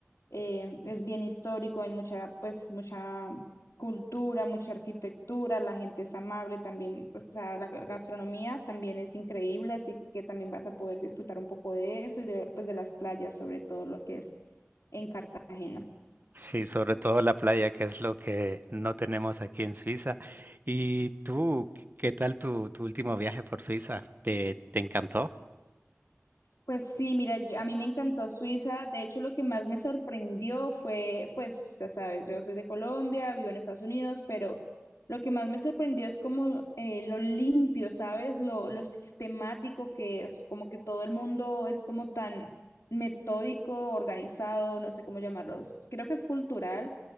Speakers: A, on the left; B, on the right.
A: eh, es bien histórico, hay mucha, pues, mucha cultura, mucha arquitectura, la gente es amable también, o sea, la gastronomía también es increíble, así que también vas a poder disfrutar un poco de eso y de, pues, de las playas, sobre todo lo que es en Cartagena.
B: Sí, sobre todo la playa, que es lo que no tenemos aquí en Suiza. ¿Y tú, qué tal tu, tu último viaje por Suiza? ¿Te, te encantó?
A: Pues sí, mira, yo- a mí me encantó Suiza. De hecho, lo que más me sorprendió fue, pues, ya sabes, yo soy de Colombia, vivo en Estados Unidos, pero lo que más me sorprendió es como eh, lo limpio, ¿sabes? Lo, lo sistemático que es, como que todo el mundo es como tan metódico, organizado, no sé cómo llamarlos. Creo que es cultural,